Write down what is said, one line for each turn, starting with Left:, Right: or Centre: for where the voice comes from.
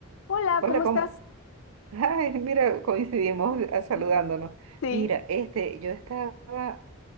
Left: Hola,
Right: Hola,
Left: ¿cómo
Right: com-
Left: estás?
Right: Ay, mira, coincidimos
Left: Sí.
Right: ah, saludándonos.
Left: Sí.
Right: Mira, este, yo estaba